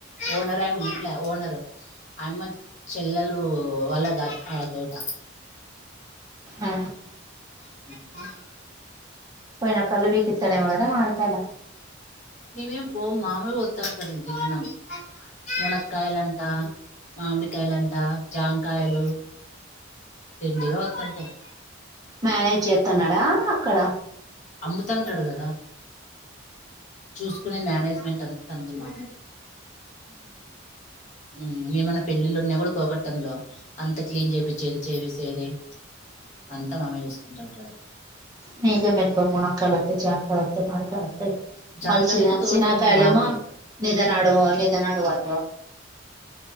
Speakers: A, on the left (about 35°); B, on the right (about 20°).
A: ఓనర్ ఆయమ్మ ఉండ్లా ఓనరు అయమ్మ చెల్లెలు వాళ్లద ఆ తోట
B: ఆ
A: <inaudible>
B: పోయినప్పుడల్లా పికిస్తాడేమో కదా మామిడి కాయలు.
A: మీమేం పోము వాళ్లే వత్తాంటారు దినము మునకాయలాంటా మామిడికాయలంటా జామకాయలు దండిగా వత్తంటాయ్.
B: మ్యానేజ్ చేత్తన్నాడా అక్కడ
A: అమ్ముతాంటాడు కదా చూసుకునే మ్యనేజ్మెంట్ అంత అంతే మామది ఉమ్ ఏమన్నా పెళ్ళిళ్ళు ఉన్నా కూడా పోబాట్ తన్లో అంత క్లీన్ చేపించేది చేసేది అంత మామ చూస్కు వత్తంటాడు
B: మీకే మేలు మునకాయలు వత్తాయ్ జామ్ కాయలు వత్తాయ్ మామిడి కాయలు వత్తాయ్
A: జాంకాయలు
B: మల్సిన
A: అయితే తోట
B: సీనాకయాలేమో
A: ఉంది మామకి
B: నిదరాడో నిదనాడువంట.